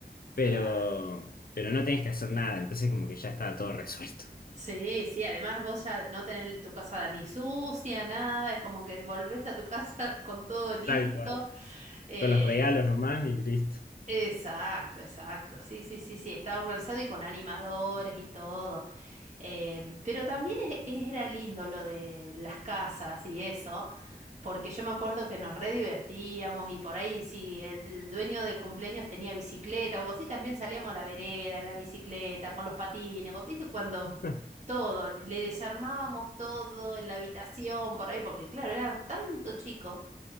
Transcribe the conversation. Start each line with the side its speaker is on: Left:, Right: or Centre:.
Left: pero,
Right: Claro.
Left: pero no tenías que hacer nada, entonces como que ya estaba todo resuelto,
Right: sí, sí. Además vos ya no tenés tu casa ni sucia, nada. Es como que volvés a tu casa <laughs> con todo listo.
Left: tal cual,
Right: Eh,
Left: con los regalos nomás y listo.
Right: exacto, exacto. Sí, sí, sí, sí. Está organizado y con animadores y todo. Eh, pero también es- era lindo lo de las casas y eso. Porque yo me acuerdo que nos re divertíamos y por ahí, si el dueño del cumpleaños tenía bicicleta o algo así, también salíamos a la vereda, en la bicicleta, con los patines, con- ¿viste? Cuando
Left: <laughs>
Right: todo, le desarmábamos todo en la habitación, por ahí, porque claro, eran tanto chicos